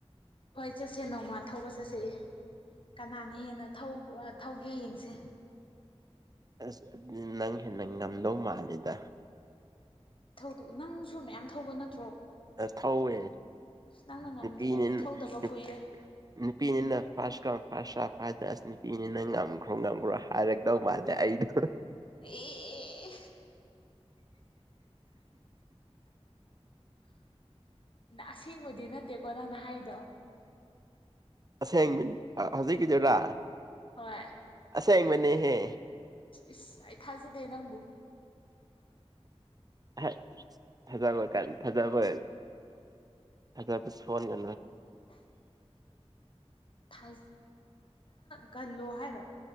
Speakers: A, on the left; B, on the right.
A: ꯍꯣꯏ ꯆꯠꯁꯦ ꯅꯣꯡꯃ ꯊꯧꯕ ꯆꯠꯁꯦ ꯀꯅꯥꯅ ꯍꯦꯟꯅ ꯊꯧꯒꯦ ꯌꯦꯡꯁꯦ
B: ꯑꯁ ꯅꯪ ꯍꯦꯟꯅ ꯉꯝꯗꯧ ꯃꯥꯜꯂꯤꯦꯗ
A: ꯗ ꯅꯪꯁꯨ ꯃꯌꯥꯝ ꯊꯧꯕ ꯅꯠꯇ
B: ꯑ ꯊꯧꯋꯦ
A: ꯑꯁ ꯅꯪꯅ ꯉꯝꯅꯤ
B: ꯅꯨꯄꯤꯅ
A: ꯑꯩꯗꯤ ꯊꯧꯗꯕ
B: ꯅꯨ
A: ꯀꯨꯏꯔꯦ
B: ꯅꯨꯄꯤꯅꯤꯅ ꯐꯥꯔꯁ ꯀ ꯐꯥꯔꯁ ꯐ ꯇꯁ ꯅꯨꯄꯤꯅꯤꯅ ꯉꯝꯈ꯭ꯔꯣ ꯉꯝꯈ꯭ꯔꯣ ꯍꯥꯏꯔꯗꯧ ꯃꯥꯜꯁꯦ ꯑꯩꯗꯣ
A: ꯑꯦ ꯑꯁꯦꯡꯕꯗꯤ ꯅꯠꯇꯦꯀꯣ ꯅꯪꯅ ꯍꯥꯏꯗꯣ
B: ꯁꯦꯡ ꯃꯤ ꯍꯧꯖꯤꯛꯀꯤꯗꯨꯔ
A: ꯍꯣꯏ
B: ꯥꯏ ꯃꯅꯦ ꯍꯦ
A: ꯏꯁ ꯑꯩ ꯊꯥꯖꯗꯦ ꯅꯪꯕꯨ
B: ꯍ ꯐꯖꯕ ꯀ ꯐꯖꯕ ꯀꯜꯗꯣ ꯄꯨ ꯐꯣꯟ ꯀ
A: <inaudible> ꯖ ꯊꯥꯖ ꯜꯂꯣ ꯍꯥꯏꯔꯣ